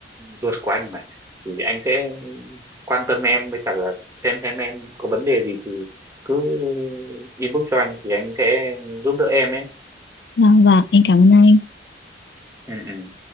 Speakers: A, on the right; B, on the left.
A: ruột của anh mà thì anh sẽ quan tâm em với cả là xem xem em có vấn đề gì thì cứ inbox cho anh thì anh sẽ giúp đỡ em ấy
B: Vâng, vâng, em cảm ơn anh.
A: ừ, ừ.